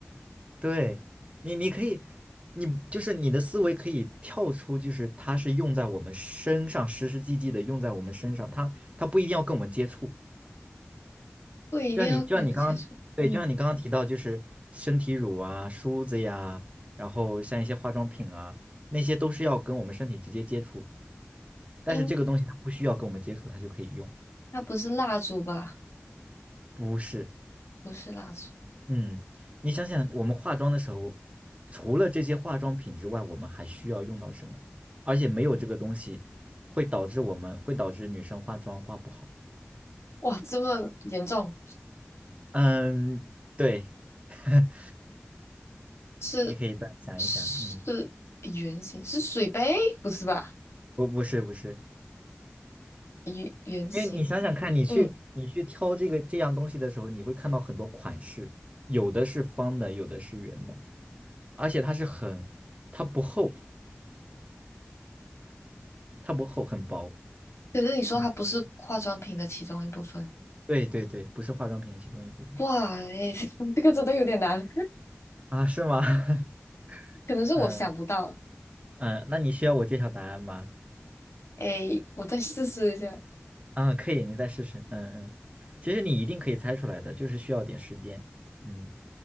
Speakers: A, on the right; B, on the left.
A: 对你，你可以，你就是你的思维可以跳出，就是它是用在我们身上，实实际际的用在我们身上，它它不一定要跟我们接触，
B: 不一定要跟我接触。
A: 就像你，就像你刚刚，对，
B: 嗯，
A: 就像你刚刚提到，就是身体乳啊、梳子呀，然后像一些化妆品啊，那些都是要跟我们身体直接接触，但是这个东西它不需要跟我们接触，
B: 应
A: 它就可以用，
B: 它不是蜡烛吧？
A: 不是？
B: 不是蜡烛，
A: 嗯，你想想，我们化妆的时候，除了这些化妆品之外，我们还需要用到什么？而且没有这个东西，会导致我们会导致女生化妆化不好。
B: 哇，这么严重，
A: 嗯，对，<laughs>
B: 是？
A: 你可以再想一想。
B: 是圆形，
A: 嗯，
B: 是水杯，不是吧？
A: 不，不是，不是。
B: 圆圆形，
A: 因为你想想看，你去你去挑这个这样东西的时候，
B: 嗯。
A: 你会看到很多款式，有的是方的，有的是圆的，而且它是很，它不厚，它不厚，很薄。
B: 可是你说它不是化妆品的其中一部分，
A: 你对对对，不是化妆品的其中一部分
B: 哇，诶 <laughs> 这个真的有点难，
A: 啊？是吗？<laughs>
B: <laughs> 可能是我想不到。
A: 嗯嗯，那你需要我揭晓答案吗？
B: 诶，我再试试一下。
A: 啊，可以，你再试试。嗯嗯，其实你一定可以猜出来的，就是需要点时间。嗯，